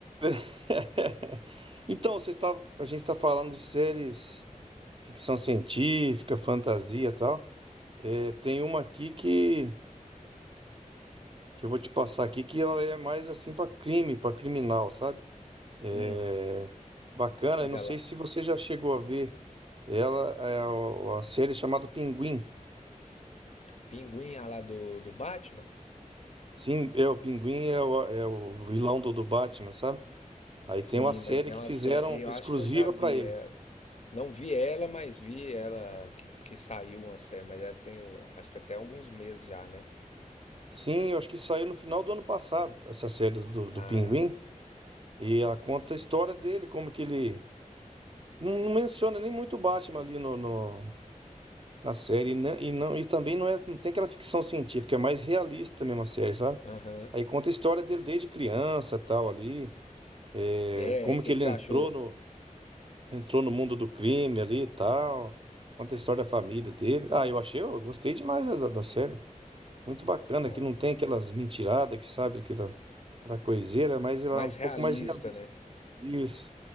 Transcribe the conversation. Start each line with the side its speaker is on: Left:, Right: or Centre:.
Right: <laughs> Então, você tá, a gente está falando de séries, ficção científica, fantasia e tal. É, tem uma aqui que. que eu vou te passar aqui, que ela é mais assim pra crime, pra criminal, sabe? É
Left: Hum,
Right: bacana,
Left: diga
Right: eu não sei
Left: lá.
Right: se você já chegou a ver ela, é a, a série chamada Pinguim.
Left: Pinguim ah, lá do, do Batman?
Right: Sim, é o Pinguim é o, é o vilão do, do Batman, sabe? Aí
Left: Sim,
Right: tem uma série
Left: mas é
Right: que
Left: uma
Right: fizeram
Left: série. Eu
Right: exclusiva
Left: acho que eu já vi
Right: pra ele.
Left: ela. Não vi ela, mas vi ela que, que saiu uma série. Mas ela tem, acho que até alguns meses já, né?
Right: Sim, eu acho que saiu no final do ano passado, essa série do, do
Left: Ah,
Right: Pinguim, e ela conta a história dele, como que ele não, não menciona nem muito o Batman ali no, no, na série. E não, e, não, e também não, é, não tem aquela ficção científica, é mais realista mesmo a série, sabe?
Left: aham.
Right: Aí conta a história dele desde criança, tal, ali. é,
Left: É,
Right: como
Left: o que
Right: que ele
Left: que você
Right: entrou
Left: achou?
Right: no, entrou no mundo do crime ali e tal. Conta a história da família
Left: Não,
Right: dele. Ah, eu achei, eu gostei demais da, da da série. Muito bacana,
Left: não.
Right: que não tem aquelas mentiradas que sabe que era, era coiseira, mas ela
Left: Mais
Right: é um pouco
Left: realista,
Right: mais realista.
Left: né?
Right: Isso.